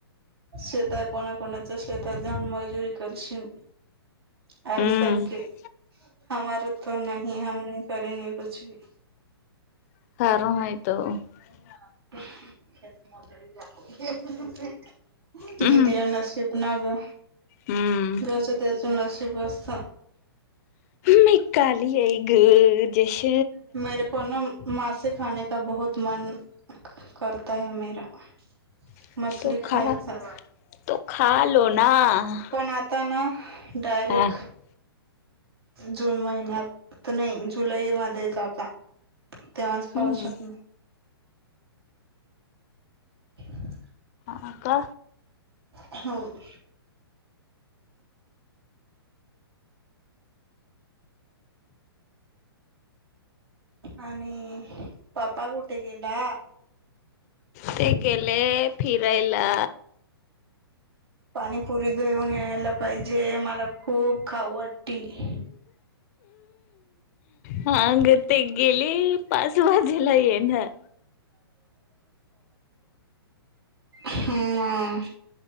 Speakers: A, on the right (about 75°); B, on the left (about 40°).
A: शेतात कोणा कोणाच्या शेतात जाऊन मजुरी करशील? <unintelligible>
B: हम्म
A: करेगे कुछी भी
B: <unintelligible>
A: <unintelligible>
B: हम्म
A: घेतिया नशीब ना ग
B: हम्म
A: जस ते <unintelligible>
B: मी काली ये <unintelligible>
A: <unintelligible> <unintelligible>
B: <unintelligible>
A: खायचा पण आता ना डायरेक्ट
B: हा हा
A: जून महिन्यात नाही जुलै मध्ये <unintelligible> तेव्हाच खाऊ
B: हम्म
A: शकणे <inaudible>
B: ह का?
A: हो. <inaudible> आणि -पप्पा कुठे गेला?
B: ते गेले -फिरायला.
A: पाणीपुरी घेऊन यायला पाहिजे, मला खूप खाऊ वाट - ती.
B: हां ग ते गेले पाच वाजेला येणार.
A: हम्म.